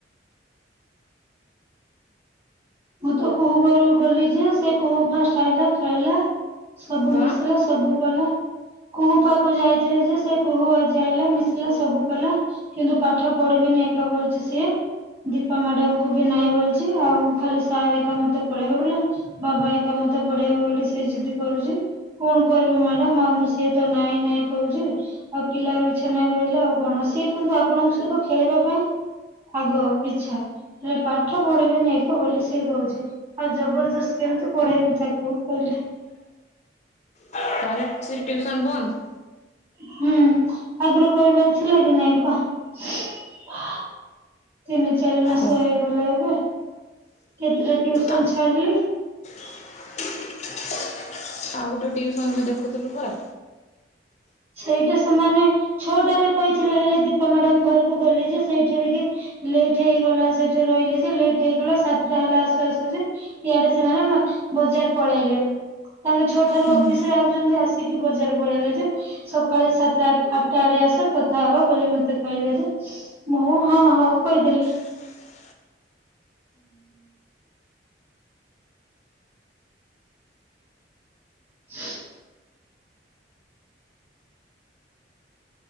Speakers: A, on the right; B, on the left.
A: ମୁଁ ତ କୁହୁ ଘରକୁ ଗଲି ଯେ ସେ କୁହୁ ଫାଷ୍ଟ ଆଇଲା ଖାଇଲା। ସବୁ
B: ହଁ
A: ମିଶିଲା ସବୁ କଲା କୁହୁ ପାଖକୁ ଯାଇଥିଲି ଯେ ସେ କୁହୁ ଆଜି ଆଇଲା ମିଶିଲା ସବୁ କଲା କିନ୍ତୁ ପାଠ ପଢିବି ନାଇଁ ବୋଲିଚି ସିଏ ଦୀପା ମ୍ୟାଡାମକୁ ବି ନାଇଁ ବୋଲଛି ଆଉ ଖାଲି ସାର୍ ଏକା ମତେ ପଢେଇବ ବୋଲି ବାବା ଏକା ମତେ ପଢେଇବ ବୋଲି ସେ ଜିଦି କରୁଛି କଣ କରିବ? ମ୍ୟାଡାମ ଆଉ ସିଏ ତ ନାଇଁ ନାଇଁ କହୁଛୁ ଆଉ ପିଲାର ଇଚ୍ଛା ନାହିଁ ପହିଲେ ଆଉ କଣ ସିଏ କିନ୍ତୁ ଆପଣଙ୍କ ସହିତ ଖେଳିବା ପାଇଁ ଆଗ ଇଛା ହେଲେ ପାଠ ପଢିବେନି ବୋଲି କ କହୁଛି ଆଉ ଜବରଦସ୍ତ କେମତି ପଢେଇବୁ ତାକୁ କହିଲେ?
B: ତାହେଲେ ସେ ଟ୍ୟୁସନ ବନ୍ଦ?
A: ହୁଁ ଆଗରୁ କହିବାର ଥିଲା କି ନାଇଁ କହ? ତିନି ଚାରି ମାସ
B: ଓ
A: ହେଇଗଲା। କେତେଟା ଟ୍ୟୁସନ
B: ଆ
A: ଛାଡିଲି
B: <inaudible> ଆଉ ଗୋଟେ ଟ୍ୟୁସନ ବି ଦେଖୁଥିଲୁ ପରା
A: ସେଇଟା ସେମାନେ ଛଟାରେ କହିଥିଲେ ହେଲେ ଦୀପା ମ୍ୟାଡାମ ଘରକୁ ଗଲେ ଯେ ସେଇଠୀ ହେଇକି ଲେଟ ହେଇଗଲା ସେଠି ରହିଲି ଯେ ଲେଟ ହେଇଗଲା ସାତଟା ହେଲା ଆସୁ ଆସୁ ଯେ ଇଆଡେ ସେମାନେ ବଜାର ପଳେଇଲେ ତାଙ୍କେ ଛଅ ଠାରୁ
B: ହୁଁ।
A: ଅଫିସରେ ଆଉଛନ୍ତି ଆସିକି ବଜାର ପଳେଇଲେ ଯେ ସକାଳେ ସାତଟା ଆଠଟା ବଡେ ଆସ କଥା ହବ ବୋଲି ମତେ କହିଲେ ଯେ, ମୁଁ ହଁ ହଁ କହିଦେଲି।
B: <inaudible>
A: <inaudible>